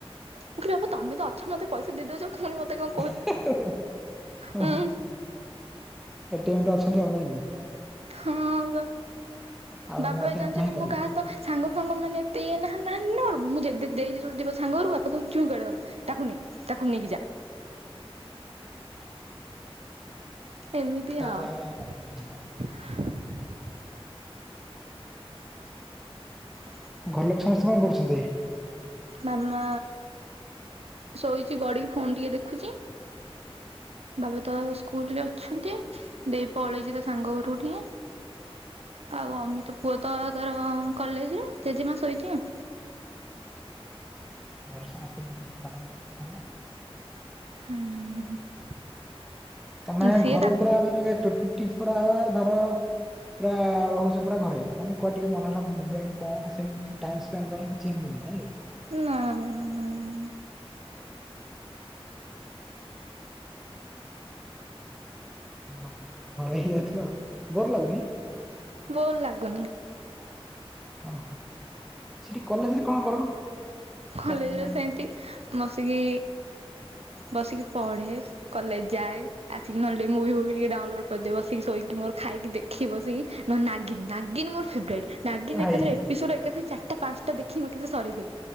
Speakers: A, on the right; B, in the centre.
A: ମୁଁ କହିଲି ବାପା ତମେ ତ ଅଛ ମତେ ପଇସା ଦେଇଦଉଛ ପୁଣି ମତେ କଣ
B: <inaudible> ହୁଁ
A: ହଁ।
B: ଏଟିଏମ୍ ତ ଅଛନ୍ତି ଆଉ ନା କି?
A: ହଁ ବା
B: ଆଉ
A: ବାବି
B: ନୂଆ
A: ଭାଇ
B: ଏଟିଏମ୍
A: ଜାଣିଛନ୍ତି
B: କାହିଁ
A: ମୁଁ
B: କରିବେ।
A: କାହା ସହ ସାଙ୍ଗ ଫାଙ୍ଗ ମାନେ ଏତେ ଇଏ ନାହା ନାହାନ୍ତି ନା, ମୁଁ ଯେ ଦେ ଦେଇ ଦିବ ସାଙ୍ଗଘରକୁ ବାପାକହିବେ ଚୁଇଁ କୋଆଡେ ଗଲା। ତାକୁ ନେ ତାକୁ ନେଇକି ଯା। ଏମିତି
B: <unintelligible>
A: ଆଉ <inaudible> <inaudible>
B: ଘର ଲୋକ ସମସ୍ତେ କଣ କରୁଛନ୍ତି?
A: ମାମା ଶୋଇଛି ଗଡିକି ଫୋନ ଟିକେ ଦେଖୁଛି। ବାବା ତ ସ୍କୁଲ ରେ ଅଛନ୍ତି, ଦେଇ ପଳେଇଛି ତା ସାଙ୍ଗ ଘରୁ ଟିକେ। ଆଉ ଅମିତ ପୁଅ ତ ତାର କଲେଜରେ ଜେଜେ ମାସୋଇଛି ଆଉ।
B: ଘରେ ସମସ୍ତେ ଏଇନେ କାମରେ ବ୍ୟସ୍ତ ଥିବେ।
A: ହୁଁ, ହୁଁ।
B: ତମେ
A: ସିଏ
B: ଘର
A: ତାକୁ
B: ଭିତର ମାନେ ଟୁଣ୍ଟି ଫୋର ଆୱାର ଘର ପୁରା ରହୁଛେ ପୁରାଘରେ ମାନେ କୁଆଡେ ଟିକେ ମନେଲା ବୁଝେଇ କଣ ସେମ ଟାଇମସ ଟାଇମ୍ ମ୍ପାଇଁ। ଚେମ ନାଲି।
A: ନା ଇଁ।
B: <inaudible> ହଁ ଏଇଠି ଅଛି ବ ବୋର ଲାଗୁନି।
A: ବୋର ଲାଗୁନି।
B: ଓହୋ <inaudible> ସେଠି କଲେଜ ରେ କଣ କର?
A: କଲେଜ
B: ଚାକିରି ଜଏନ
A: ରେ ସେମତି ବସିକି ବସିକି ପଢେ। କଲେଜ ଯାଏ, ଆସିକି ନହେଲେ ଟିକେ ମୁଁଭି ଫୁବି ଟିକେ ଡାଉନଲୋଡ କରିଦେ ବସିକି ଶୋଇକି ମୋର ଖାଇକି ଦେ ଦେଖି ବସିକି ନହେଲେ ନାଗନ୍ ନାଗିନ୍ ମୋର ଫେବରାଇଟ୍। ନାଗିନ୍
B: ଭାଇ
A: ଏକାଥରେ ଏପିସୋଡ ଏକାଥରେ ଚାରିଟା, ପାଞ୍ଚଟା ଦେଖିଁ ଏକାଥରେ ସରେଇଦେବି।